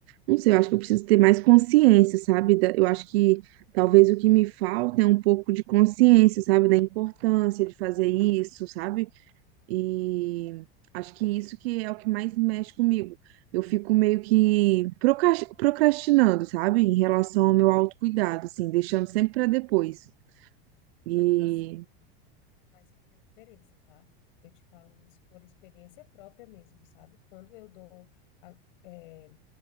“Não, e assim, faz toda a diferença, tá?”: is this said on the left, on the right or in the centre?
Left